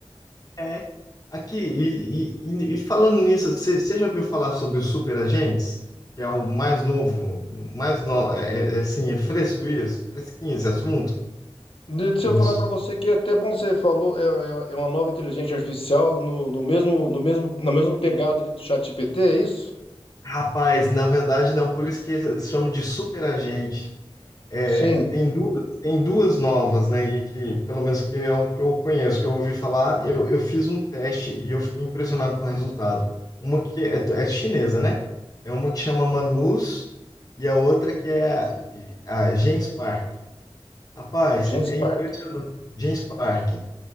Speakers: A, on the left (about 35°); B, on the left (about 60°).
A: é aqui e, e- e- e falando nisso, você você já viu falar sobre os superagentes? Que é o mais novo, mais no, é, é- é assim, é fresco isso, fresquinho esse assunto
B: De-
A: dos
B: Se eu falar para você que é até bom você falou, é, é- é uma nova inteligência artificial no, no mesmo, no mesmo, na mesma pegada ali do ChatGPT, é isso?
A: Rapaz, na verdade não, por isso que eles chamam de superagente. É,
B: Sim.
A: tem duas, tem duas novas, né? E que, pelo menos que é o que eu conheço, que eu ouvi falar, eu, eu fiz um teste e eu fiquei impressionado com o resultado. Uma que é, é chinesa, né? É uma que chama Manus e a outra que é a, a Genspark. Rapaz,
B: Gente
A: é
B: Stark?
A: impressionante. Genspark.